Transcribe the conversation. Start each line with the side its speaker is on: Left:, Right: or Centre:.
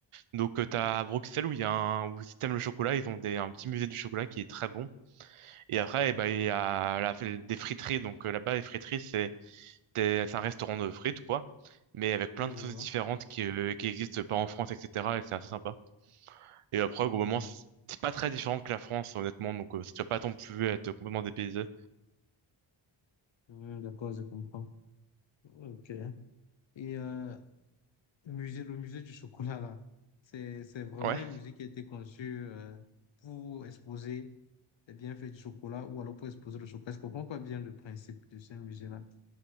Right: Donc, euh, t'as à Bruxelles où il y a un, où si t'aimes le chocolat, ils ont des, un petit musée du chocolat qui est très bon. Et
Left: Oh,
Right: après, eh ben, il y a la, des friteries. Donc euh, là-bas, les friteries, c'est des- c'est un restaurant de frites, quoi. Mais avec
Left: oui,
Right: plein de
Left: je
Right: sauces
Left: vois.
Right: différentes qui, euh, qui existent pas en France, etc. Et c'est assez sympa. Et après,
Left: Hmm.
Right: globalement, c'est c'est pas très différent que la France, honnêtement. Donc euh, tu vas pas non plus être complètement dépaysé.
Left: Hmm, d'accord, je comprends. Ok. Et euh, le musée, le musée du chocolat, là, c'est, c'est vraiment
Right: Ouais.
Left: un musée qui a été conçu euh, pour exposer les bienfaits du chocolat ou alors pour exposer le chocolat. Je comprends pas bien le principe de ce musée-là.